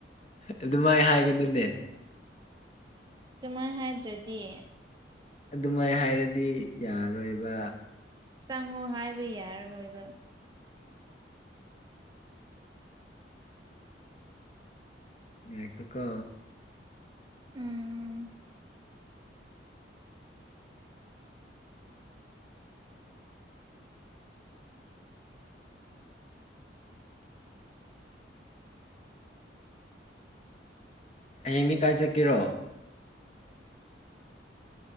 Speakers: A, on the left; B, on the right.
A: ꯑꯗꯨꯃꯥꯏ ꯍꯥꯏꯒꯅꯨꯅꯦ
B: ꯑꯗꯨꯨꯃꯥꯏ ꯍꯥꯏꯗ꯭ꯔꯗꯤ
A: ꯑꯗꯨꯃꯥꯏ ꯍꯥꯏꯔꯗꯤ ꯌꯥꯔꯣꯏꯕ
B: ꯆꯪꯉꯣ ꯍꯥꯏꯕ ꯌꯥꯔꯔꯣꯏꯕ
A: ꯉꯥꯏꯈꯣꯀꯣ
B: ꯎꯝ
A: ꯍꯌꯦꯡꯗꯤ ꯀꯥꯏ ꯆꯠꯀꯦꯔꯣ